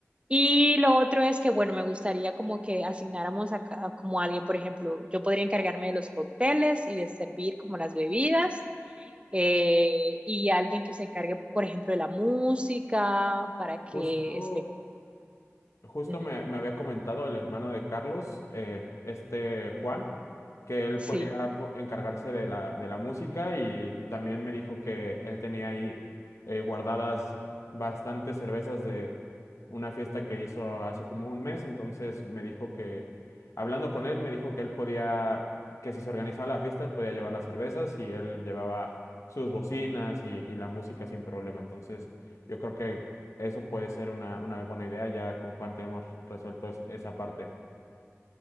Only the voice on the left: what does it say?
Justo
Justo
me, me había comentado el hermano de Carlos, eh, este Juan, que él
podía po- encargarse de la, de la música y también me dijo que él tenía ahí eh, guardadas bastantes cervezas de una fiesta que hizo hace como un mes. Entonces me dijo que, hablando con él, me dijo que él podía, que si se organizaba la fiesta, él podía llevar las cervezas y él llevaba sus bocinas y, y la música sin problema. Entonces yo creo que eso puede ser una, una buena idea, ya con Juan tenemos resuelto es- esa parte.